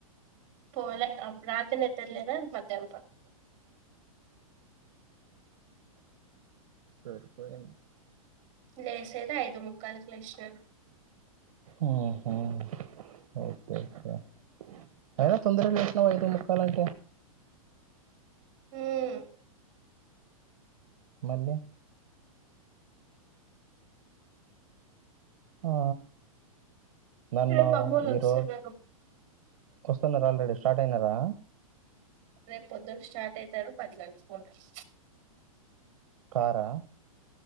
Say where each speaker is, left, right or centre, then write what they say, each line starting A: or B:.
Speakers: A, on the right; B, on the right.
A: పోలే అప్పుడు రాత్రి నిద్ర లేదా మధ్యాహ్నము పడుకున్న
B: సరిపోయింది
A: లేసేదే ఐదు ముక్కాల కీ లేసినను
B: ఉమ్ ఉమ్ ఓకే ఓకే అయినా సుందర లేషనవ ఐదు ముక్కాలకే
A: హ్మ్
B: మళ్ళే ఆ నన్ను
A: రేపు అమ్మోళ్ళు వస్తున్నారు
B: ఈరోజు వస్తున్నా ఆల్రెడీ స్టార్ట్ అయినా రా
A: రేపు పొద్దున స్టార్ట్ అవుతారు పది గంటలకు ఉంటారు
B: కారా